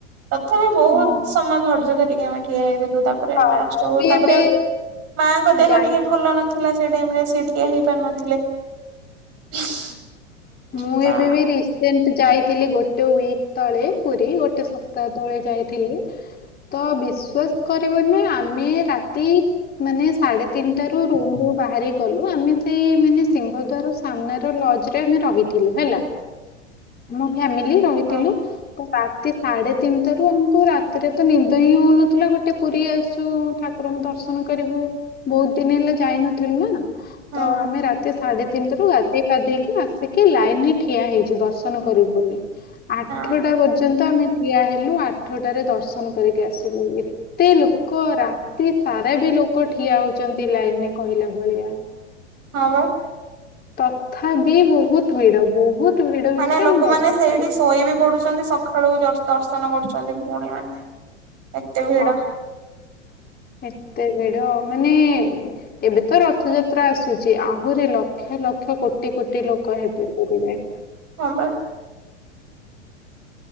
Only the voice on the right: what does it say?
ତଥାପି ବହୁତ୍
ସମୟ ଧର୍ଯ୍ୟ ଧରିକି ଆମେ ଠିଆ ହେଇଥିଲୁ ତା ତାପରେ
ଲାଷ୍ଟ୍
ବେଳକୁ
ତାପରେ
ମାଙ୍କ ଦେହ
ଟିକେ ଭଲ ନଥିଲା ସେଇ ଟାଇମ୍ ରେ ସିଏ ଠିଆ ହେଇପାରୁ ନଥିଲେ। <inaudible>
ତା
ହଁ
ହଁ
ହଁ
ହଁ ବା
ମାନେ ଲୋକମାନେ
ସେଇଠି
ଶୋଇ ବି ପଢୁଛନ୍ତି। ସ ଖାଳୁ ବି ଦସ୍ ଦର୍ଶନ କରୁଛନ୍ତି ଭଉଣୀ ମାନେ ଏତେ ଭିଡ
ହ ବା